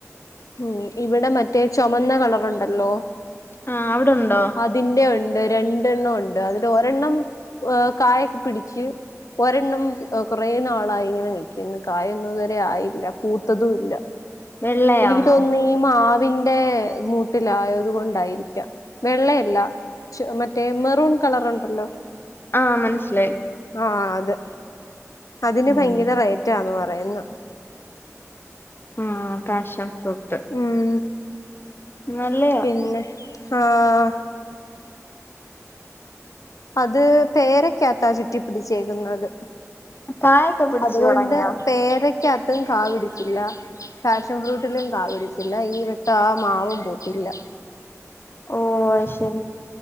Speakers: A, on the left; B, on the left.
A: ഉം ഇവിടെ മറ്റേ ചുമന്ന കളറുണ്ടല്ലോ
B: ആഹ് അവിടുണ്ടോ
A: അതിന്റെ ഉണ്ട് ണ്ട് രണ്ടെണ്ണം ഉണ്ട് അതില് ഒരെണ്ണം ഏ കായൊക്കെ പിടിച്ച് ഒരെണ്ണം കുറെ നാളായി ഇങ്ങനെ നക്കിന്ന് കായൊന്നും ഇതുവരെ ആയില്ല പൂത്തതും ഇല്ല
B: വെള്ളയാണോ
A: എനിക്ക് തോന്നുന്നു ഈ മാ വ്ന്റെ മൂട്ടിലായത് കൊണ്ടായിരിക്കാം വെള്ളയല്ല ച് മറ്റേ മെറൂൺ കളറ് ഇണ്ടല്ലോ
B: ആഹ് മനസ്സിലായി
A: ആ അതെ അതിന്
B: ഉം
A: ഭയങ്കര റേറ്റാന്ന് പറയുന്നു
B: ഉം കാഷൻ ഫ്രൂട്ട്
A: ഉം
B: നല്ലയാ
A: പിന്നെ ആഹ് അത് പേരക്ക ത്ത ചുറ്റിപ്പിടിച്ചേക്കുന്നത്
B: കായൊക്കെ പിടിച്ചു
A: അതുകൊണ്ട്
B: തുടങ്ങിയോ
A: പേര ക്ക അത്തും കാ പിടിച്ചില്ല ഫാഷൻ ഫ്രൂട്ടിലും കാ പിടിച്ചില്ല ഈ ട്ട ആ മാവും പൂത്തില്ല
B: ഓ അഹ് ശരി